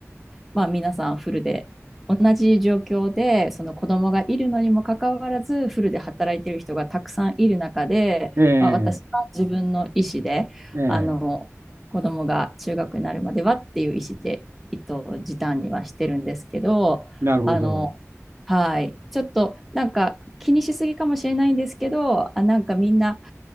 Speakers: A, in the centre; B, on the right (about 50°).
A: まあ、皆さんフルで同じ状況でその子供がいるのにもかかわらずフルで働いている人がたくさんいる中で、
B: ええ
A: まあ、私は自分の意思であの子供が中学になるまではっていう意思で、
B: ええ
A: えっと、時短にはしてるんですけどあのはい、
B: なるほど。
A: ちょっとなんか気にしすぎかもしれないんですけどあなんかみんな